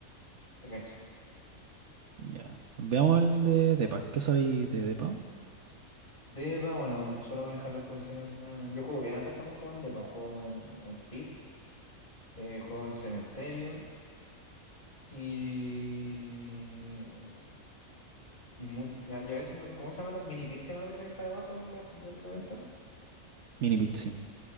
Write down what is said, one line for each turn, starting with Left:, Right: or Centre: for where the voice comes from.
Left: Te cacho.
Right: Ya. Veamos el de DEPA. ¿Qué sabéis de DEPA?
Left: Deba, bueno, suelo manejar las posiciones más. Yo juego bien atrás cuando juego en Depa. Juego en, en Pit, eh, juego en Cementerio y. Y, mu- y a y a veces, me- ¿cómo se llama la mini pit? ¿Se llama la parte que está debajo de la, de la ventana?
Right: Mini pit, sí,